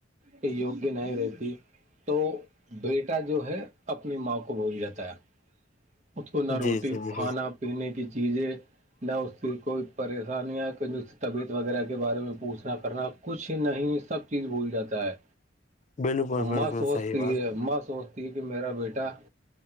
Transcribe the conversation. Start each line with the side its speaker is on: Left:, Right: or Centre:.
Right: کے یوگیہ نہیں رہتی تو بیٹا جو ہے اپنی ماں کو بھول جاتا ہے خ کو نہ
Left: جی
Right: روٹی
Left: جی جی
Right: کھانا پینے کی چیزیں نہ اس کی کوئی پریشانیاں کہ طبیعت وغیرہ کے بارے میں پوچھنا کرنا کچھ نہیں سب چیز بھول جاتا ہے
Left: بالکل
Right: ا
Left: بالکل
Right: ماں سوچتی
Left: صحیح بات
Right: ہے ماں سوچ کہ میرا بیٹا